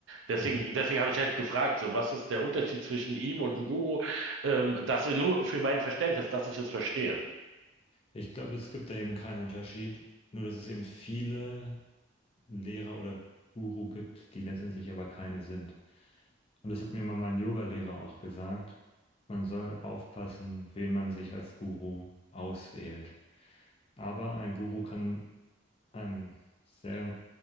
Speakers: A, on the right; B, on the left.
A: Deswegen,
B: Mhm.
A: deswegen habe ich halt gefragt, so, was ist der Unterschied zwischen ihm und einem Guru? Ähm, das nur für mein Verständnis, dass ich es verstehe.
B: Ich glaube, es gibt da eben keinen Unterschied, nur dass es eben viele Lehrer oder Guru gibt, die letztendlich aber keine sind. Und das hat mir mal mein Yoga-Lehrer auch gesagt. Man soll aufpassen, wen man sich als Guru auswählt. Aber ein Guru kann einem sehr